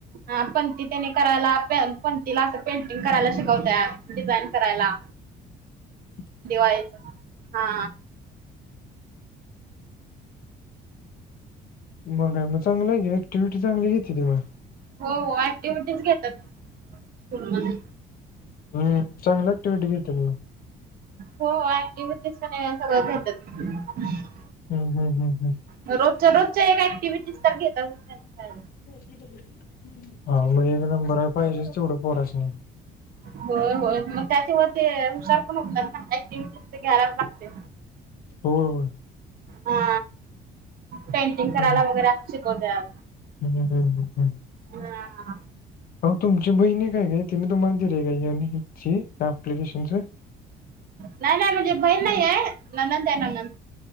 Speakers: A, on the right (about 60°); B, on the left (about 60°).
A: हा पण पणती त्यांनी करायला, पणतीला आता पेंटिंग करायला शिकवतात. डिझाईन करायला.
B: हं <unintelligible>
A: दिवाळीत, हा..
B: मग काय, मग चांगलं आहे ऍक्टिव्हटी चांगलीेत घेतली मग
A: हो.. हो.. ऍक्टिव्हटीज घेतात, स्कूलमध्ये
B: हम्.. चांगल ऍक्टिव्हटी घेतेत मग
A: हो ऍक्टिव्हच काय हे सगळं घेतात.
B: हम् हम्म हम् हम
A: रोजच्या रोजच्या एक ऍक्टिव्हटीज तर घेतातच त्यांच्या शाळेत.
B: आ.. हो.. मग एक नंबर आहे पाहिजे तेवढं पोरासणी
A: होय होय मग त्याच्यावर ते हुशार पण होत ना ऍक्टिव्हटी ते घ्यालाच लागतय.
B: होय.. होय
A: हा.. पेंटिंग करायला
B: हम्म,
A: वगैरे अस शिकवत्यात.
B: हम्म हम्म
A: हा
B: आहो.. तुमची बहिणी काय तिने तुम्हाला दिल आहे का हे अप्लिकेशनच
A: नाही नाही म्हणजे बहीण नाही आहे, ननंद आहे ननंद.